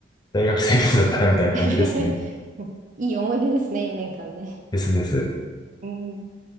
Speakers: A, on the left (about 20°); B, on the right (about 40°).
A: 大学生活だったらみたいな感じですね。
B: <laughs> いい思い出ですね、4年間ね。
A: ですです。
B: うん